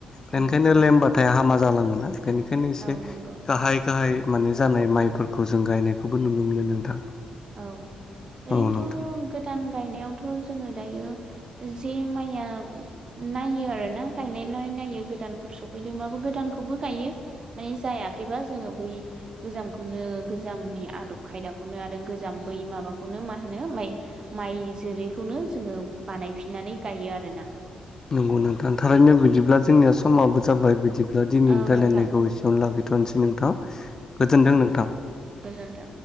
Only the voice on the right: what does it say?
औ
औ नंगौ
औ ओरैनोथ'
गोदान गायनायावथ' जोङो दायो जे माइया नायो आरोोना गायनाय नाय गोदान सफैदोंबाबो गोदानखौबो गायो जायाखै जोङो बै गोजामखौनो गोजामनि आदब खायदाखौनो आरो जाम्बै माबाखौनो मा होनो माइ माइ जोलैखौनो जोङो बानायफिननानै गायो आरोना
औ
औ
नोंथां
गोजोन्थों